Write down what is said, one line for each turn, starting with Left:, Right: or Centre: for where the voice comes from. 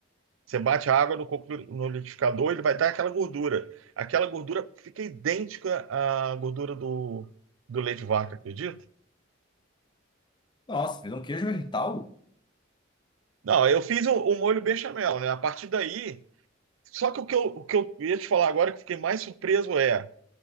Right: Você bate a água no, coco- no liquidificador, ele vai dar aquela gordura. Aquela gordura fica idêntica à gordura do, do leite de vaca, acredita?
Left: Nossa, fez um queijo vegetal?
Right: Não, eu fiz o, o molho bechamel, né? A partir daí. Só que o que eu, o que eu ia te falar agora, que eu fiquei mais surpreso, é.